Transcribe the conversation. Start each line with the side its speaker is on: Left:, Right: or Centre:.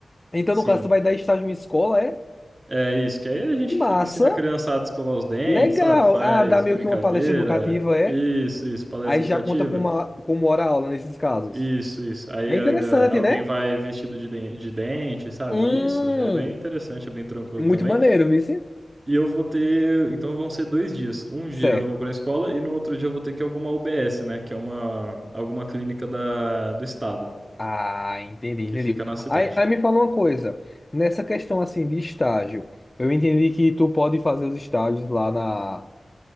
Left: Então,
Right: Sim,
Left: no caso, tu vai dar estágio em escola, é?
Right: é isso, que aí a gente
Left: Massa.
Right: fi- ensina a criançada a escovar os dentes,
Left: Legal.
Right: sabe? Faz
Left: Ah, dá meio
Right: brincadeira,
Left: que uma palestra educativa, é?
Right: isso, isso, palestra
Left: Aí
Right: educativa.
Left: já conta como, a- como hora-aula nesses casos.
Right: Isso, isso. Aí
Left: É interessante,
Right: a- a- alguém
Left: né?
Right: vai vestido de, den- de dente, sabe?
Left: Hum...
Right: Isso é bem interessante, é bem tranquilo
Left: Muito
Right: também.
Left: maneiro, vice?
Right: E eu vou ter, então vão ser dois dias. Um dia
Left: Certo.
Right: eu vou para a escola e no outro dia eu vou ter que ir a alguma UBS, né? Que é uma alguma clínica da, do estado
Left: Ah, entendi,
Right: que
Left: entendi.
Right: fica na cidade.
Left: Aí, aí me fala uma coisa. Nessa questão assim de estágio, eu entendi que tu pode fazer os estágios lá na,